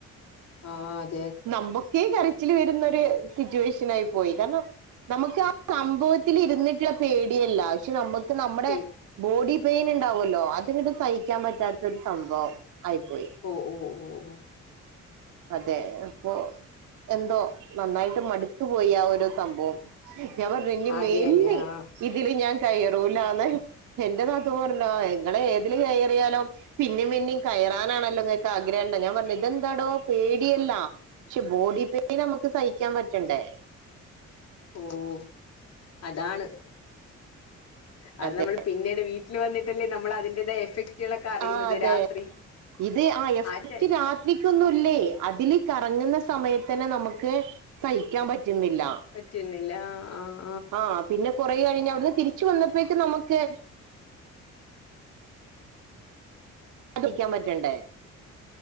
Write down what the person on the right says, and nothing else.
നമ്മക്കേ കരച്ചില് വരുന്നൊര് സിറ്റുവേഷനായി പോയി കാരണം നമ്മക്ക് ആ സംഭവത്തില് ഇരിന്നിട്ടുള്ള പേടിയല്ല ക്ഷേ നമ്മക്ക് ക്ക് നമ്മടെ
ബോഡി പെയിൻ ഇണ്ടാവുല്ലോ അത്ങ്ങട്ട് സഹിക്കാൻ പറ്റാത്തൊരു സംഭവം ആയിപ്പോയി
അതെ ഇപ്പൊ എന്തോ നന്നായിട്ട് മടുത്തു പോയി ആ ഒരു സംഭവം ഞാൻ പറഞ്ഞു ഇനി
മേലിൽ
ഇതില് ഞാൻ കയാ‌റൂലാന്ന് എന്റെ നാത്തൂൻ പറഞ്ഞു ആ ഇങ്ങള് ഏതില് കയറിയാലും പിന്നേം പിന്നേം കയ യറാനാണല്ലോങ്ങക്ക് ആഗ്രഹംണ്ട ഞാൻ പറഞ്ഞു ഇതെന്താടോ പേടിയല്ല പക്ഷെ ബോഡി പെയിൻ നമുക്ക് സഹിക്കാൻ പറ്റണ്ടേ
അതെ
ആ അതെ
ഇത് ആ എഫക്ട്
രാത്രിക്കൊന്നുല്ലേ അതില് ക കങ്ങുന്ന സമയത്തന്നെ നമുക്ക് സഹിക്കാൻ പ റ്റുന്നില്ല.
ആഹ് പിന്നെ കൊറേ കഴിഞ്ഞ് അവിടുന്ന് തിരിച്ച് വന്നപ്പോഴേക്ക് നമുക്ക് <unintelligible> ക്കാൻ പറ്റണ്ടേ